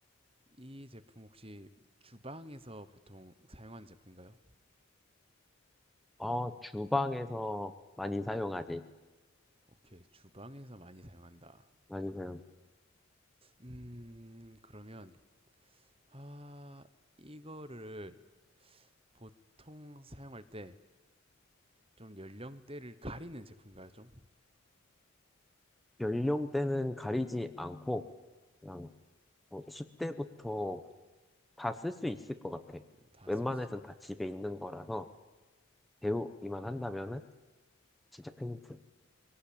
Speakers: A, on the right (about 25°); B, in the centre.
A: 이 제품 혹시 주방에서 보통 사용하는 제품인가요?
B: 아, 주방에서 많이 사용하지.
A: 오케이. 주방에서 많이 사용한다.
B: 많이 사용.
A: 음, 그러면, 아, 이거를 보통 사용할 때 좀 연령대를 가리는 제품인가요? 좀?
B: 연령대는 가리지 않고, 그냥 뭐 10대부터 다 쓸 수 있을 것 같아.
A: 다
B: 웬만해선
A: 쓸 수, 있...
B: 다 집에 있는 거라서, 배우기만 한다면은, 진짜 큰 힌트.